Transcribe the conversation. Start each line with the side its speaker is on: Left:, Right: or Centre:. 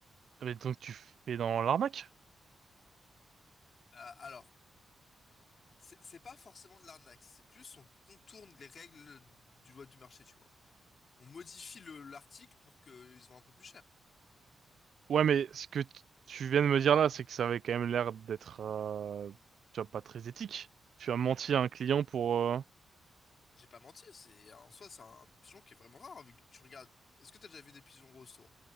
Right: Ah, Mais donc, tu fais dans l'arnaque?
Left: Euh, alors, c'est c'est pas forcément de l'arnaque, c'est plus on contourne les règles du loi du marché, tu vois. on modifie le- l'article pour qu'il se vende un peu plus cher.
Right: Ouais, mais ce que t- tu viens de me dire là, c'est que ça avait quand même l'air d'être... euh, Tu vois, pas très éthique. Tu as menti à un client pour... euh,
Left: J'ai pas menti, c'est en soi c'est un pigeon qui est vraiment rare vu que tu regardes. Est-ce que t'as déjà vu des pigeons roses toi?